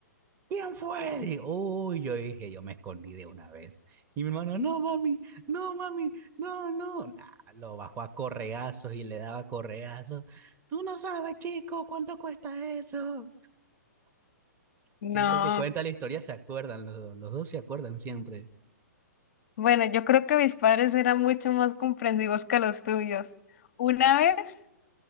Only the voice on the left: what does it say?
No,
bueno, yo creo que mis padres eran mucho más comprensivos que los tuyos. Una vez